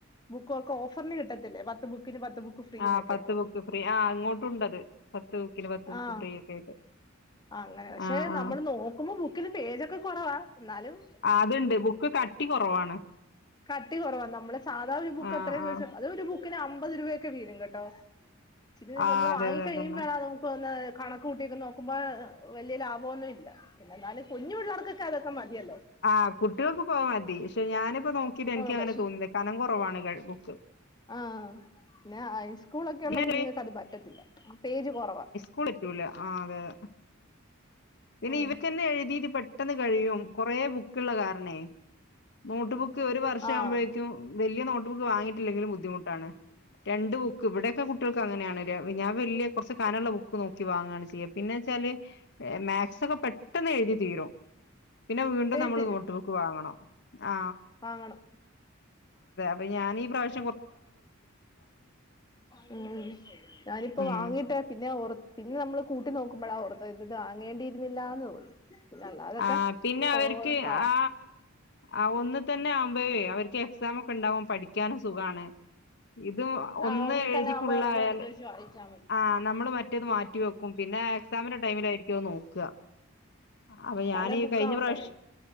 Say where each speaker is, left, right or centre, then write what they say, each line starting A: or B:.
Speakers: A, on the left; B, on the left.
A: ബുക്ക ഒക്കെ ഓഫറിന് കിട്ടതില്ലേ പത്ത് ബുക്കിന് പത്ത് ബുക്ക് ഫ്രീന്നൊക്കെ
B: ആ് പത്ത് ബുക്ക് ഫ്രീ ആ ഇങ്ങോട്ടുണ്ടത് പത്ത് ബുക്കിന് പത്ത് ബുക്ക്
A: ആഹ്
B: ഫ്രീ ഒക്കെ ആയിട്ട്
A: അങ്ങനെ പക്ഷെ
B: ആഹ്
A: നമ്മള്
B: ആഹ്
A: നോക്കുമ്പോ ബുക്കിലും പേജൊക്കെ കുറവാ ന്നാലും
B: അത്ണ്ട് കട്ടി കുറവാണ്
A: കട്ടി കുറവാ നമ്മളെ സാധാ ഒരു ബുക്ക്
B: ആഹ്
A: എത്രയും ദിവസം
B: ആഹ്
A: അത് ഒരു ബുക്കിന് അമ്പത് രൂപയൊക്കെ വീരും കേട്ടോ ഇത്
B: ആഹ്
A: നമ്മ
B: അതെ
A: വങ്ങി
B: അതെ
A: ക്കഴിയുമ്പയാണ്
B: അതന്നെ
A: ന്ന് കണക്ക് കൂട്ടിക്കെ നോക്കുമ്പോ വലിയ ലാഭൊന്നും ഇല്ല പിന്നെ എന്നാലും കുഞ്ഞു പിള്ളേർക്കൊക്കെ അതൊക്കെ മതിയല്ലോ
B: ആ് കുട്ടികൾക്ക് പോയാ മതി പക്ഷെ ഞാനിപ്പോ നോക്കിട്ട് എനിക്ക്
A: ആഹ്
B: അങ്ങനെ
A: പക്ഷെ
B: തോന്നുന്നത് കനം കുറവാണ് ബുക്ക്
A: ആഹ പിന്നെ ഹൈ സ്കൂളൊക്കെ
B: പിന്നെ
A: ഉള്ള കുഞ്ഞുങ്ങൾക്ക് അത് പറ്റത്തില്ല പേജ് കുറവാണ്
B: കൂളിക്കൂല ആ അതെ <inaudible> പിന്നെ
A: ഉം
B: ഇവക്കന്നെ എഴുതിട്ട്പെട്ടെന്ന് കഴിയും കുറെ ബുക്കുള്ള കാരണേ നോട്ട് ബുക്ക് ഒരു വർഷമാ
A: ആഹ്
B: ആവുമ്പോഴേക്കും വലിയ നോട്ട് ബുക്ക് വാങ്ങിട്ടില്ലെങ്കിലും ബുദ്ധിമുട്ടാണ് രണ്ട് ബുക്ക് ഇവിടെയൊക്കെ കുട്ടികൾക്ക് അങ്ങനെയാണ് ഞാൻ വലിയ കുറച്ച് കനള്ള ബുക്ക് നോക്കി വാങ്ങയാണ് ചെയ്യ പിന്നെ വെച്ചാല് മാറ്റ് സ് ഒക്കെ പെട്ടെന്ന് എഴുതി തീരും പിന്നെ വീണ്ടും
A: ഏയ്
B: നമ്മൾ
A: തരും
B: നോട്ട് ബുക്ക് വാങ്ങണം ആ
A: വാങ്ങണം
B: അപ്പ ഞാനീ ഈ പ്രാവശ്-
A: ഉ ഞാനിപ്പോ
B: ഉം
A: വാങ്ങിട്ടേ പിന്നെ ഉറ പിന്നെ നമ്മള് കൂട്ടി നോക്കുമ്പളാ ഓർത്തെഇത് വാങ്ങേണ്ടിയിരുന്നില്ല എന്ന് തോന്നി പിന്നെ അല്ലാതൊക്കെ
B: ആ പിന്നെ
A: കോ
B: അവർക്ക്
A: ക
B: ആ ആ ഒന്ന് തന്നെ ആവുമ്പയെ അവർക്ക് എക്സാം ഒക്കെ ഉണ്ടാവുമ്പോ പഠിക്കാനും സുഖാണ് ഇത് ഒന്ന്
A: ആഹ് ഒന്നി
B: എഴുതി
A: തന്നെ ആവുമ്പോ
B: ഫുള്ളായല്
A: ഒരെണ്ണം എടുത്ത് വെച്ച് വായിച്ചാ മതി
B: ആ നമ്മള് മറ്റേത് മാറ്റിവ വെക്കും പിന്നെ എക്സാമിന്റെ ടൈമിലായിരിക്കും അത് നോക്ക അപ്പൊ ഞാനീ
A: പഴയ ബുക്കാവുമ്പഴേ
B: കഴിഞ്ഞ പ്രാവശ്